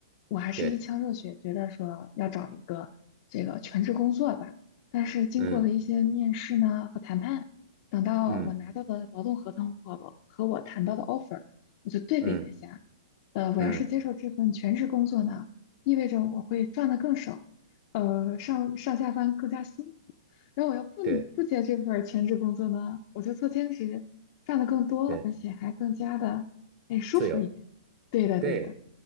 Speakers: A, on the left; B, on the right.
A: 我还是一腔热血，
B: 对，
A: 觉得说要找一个这个全职工作吧。但是经过了一些面试呢和谈判，
B: 嗯
A: 等到我拿到的劳动合同和我和我谈到的
B: 嗯
A: offer，我就对比了一下，
B: 嗯
A: 呃，我要是接受这份全职工作呢，
B: 嗯，
A: 意味着我会赚的更少，呃，上上下班更加辛苦。然后我要不不接这份儿全职工作呢，
B: 对
A: 我就做兼职，赚的更多，
B: 对，
A: 而且还更加的哎舒服一点。
B: 自由，
A: 对的，
B: 对。
A: 对的，